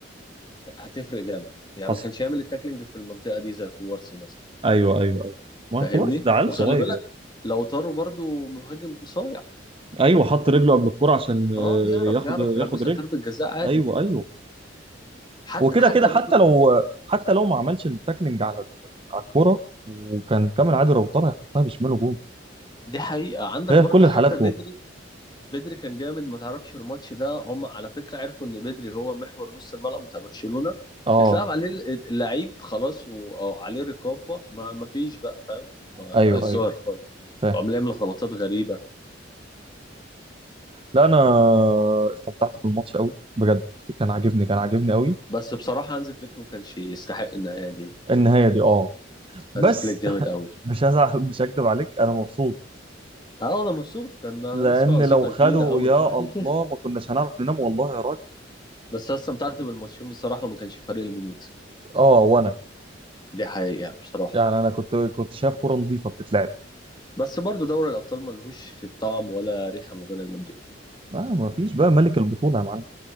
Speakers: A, on the left; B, on the right.
A: هتفرق جامد يعني
B: حصل
A: ما كانش يعمل التاكلينج في المنطقة دي زي كوارسي مثلا
B: ايوه ايوه ايوه ما
A: فاهمني
B: كوبارسي ده عيل
A: وخلي
B: صغير
A: بالك
B: يعني.
A: لو طاروا برضو مهاجم صايع
B: ايوه حط رجله قبل الكرة عشان آه،
A: اه يعرف
B: ياخد
A: يعرف
B: ياخد
A: يلبسك
B: رجل
A: ضربة جزاء عادي
B: ايوه ايوه
A: حتى
B: هو كده
A: حتى
B: كده حتى
A: بدري
B: لو حتى لو ما عملش التاكلينج على ال- على الكرة وكان كامل عادل لو طلع يحطها بشماله جول
A: دي حقيقة عندك
B: هي
A: برضه
B: في كل الحالات
A: حتى بدري
B: جول
A: بدري كان جامد ما تعرفش الماتش ده هم على فكرة عرفوا ان بدري هو محور نص الملعب بتاع برشلونة
B: اه
A: اتلعب عليه اللعيب خلاص و- أو عليه رقابة ما ما فيش بقى فاهم ما
B: ايوه
A: بقاش ظاهر
B: ايوه
A: خالص
B: فاهم
A: وعمال يعمل غلطات غريبة
B: لا انا استمتعت بالماتش قوي بجد كان عاجبني كان عاجبني قوي
A: بس بصراحة هانز فليك ما كانش يستحق النهاية دي
B: النهايه دي اه
A: هانز
B: بس
A: فليك جامد قوي
B: مش هزعل <laughs> مش هكدب عليك انا مبسوط
A: اه انا مبسوط كان
B: لان
A: نسمع قزيطة
B: لو خدوا
A: كبيرة قوي
B: يا
A: فاهم
B: الله ما كناش هنعرف ننام والله يا راجل
A: <laughs> بس انا استمتعت بالماتشين بصراحة وما كانش فارق لي مين يكسب
B: اه وانا
A: دي حقيقة بصراحة
B: يعني انا كنت كنت شايف كوره نظيفه بتتلعب
A: بس برضه دوري الأبطال ملهوش طعم ولا ريحة من غير المدريد
B: آه ما فيش بقى ملك البطوله يا معلم